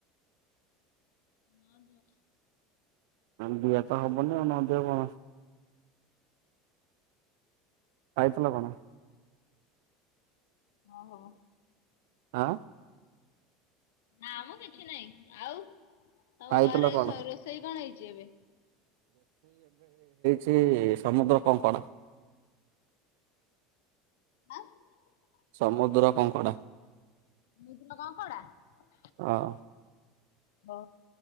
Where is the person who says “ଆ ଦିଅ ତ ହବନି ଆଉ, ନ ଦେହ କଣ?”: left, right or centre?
Right